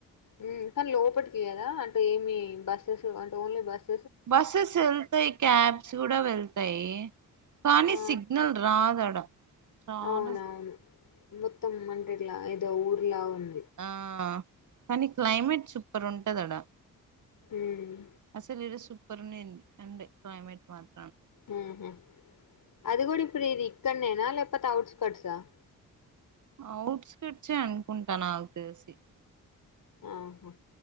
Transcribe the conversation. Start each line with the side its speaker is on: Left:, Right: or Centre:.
Left: హమ్ కానీ లోపటికీ కదా అంటే ఏమి బస్సెస్ అంటే ఓన్లీ బస్
Right: బసస్ ఎల్తాయ్ క్యాబ్ చూడా వెళ్తాయి కానీ
Left: ఆ
Right: సిగ్నల్ రాదాడా చాలా
Left: అవునవును మొత్తం అంటే ఇట్లా ఊర్లా ఉన్
Right: ఆహ్ కానీ క్లైమేట్ సూపర్ ఉంటదడా
Left: ఉమ్
Right: అసలు ఇరోజ్ సు సూపర్ ఉన్నింది సండే క్లైమేట్ మాత్ర
Left: ఉహుమ్ అది కూడా ఇపుడ్ ఇది ఇక్కడ్నేన లే కపోతే ఔట్స్కోర్ట్ ఆహ్
Right: అఔట్ స్కట్స్ఎహ్ అనుకుంటా నాకు తెలిసి
Left: ఆహా